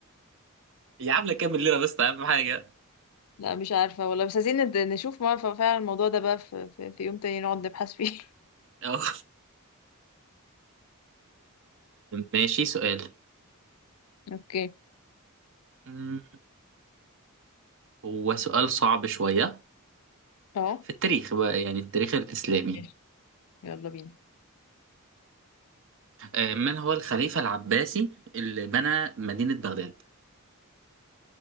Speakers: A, on the right; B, on the left.
A: يا عم كام ليره بس اهم حاجه
B: لا مش عارفة والله بس عايزين ند- نشوف ما ف- فعلا الموضوع ده بقى في, في, في يوم تاني نقعد نبحث فيه
A: اه ماشي سؤال
B: <laughs> اوكي
A: أمم، هو سؤال صعب شويه
B: اهو
A: في التاريخ بقى يعني التاريخ الاسلامي
B: ماشي يلا بينا
A: آه، من هو الخليفه العباسي اللي بنى مدينه بغداد